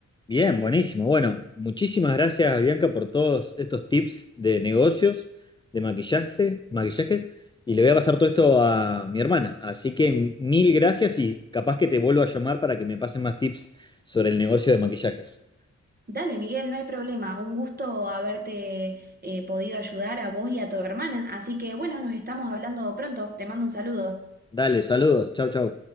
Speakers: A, on the left; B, on the right.
A: Bien, buenísimo. Bueno, muchísimas gracias, Bianca, por todos estos tips de negocios, de maquillaje, maquillajes. Y le voy a pasar todo esto a mi hermana. Así que mil gracias y capaz que te vuelvo a llamar para que me pasen más tips sobre el negocio de maquillajes.
B: Dale, Miguel, no hay problema. Un gusto haberte eh, podido ayudar a vos y a tu hermana. Así que bueno, nos estamos hablando pronto. Te mando un saludo.
A: Dale, saludos. Chau, chau.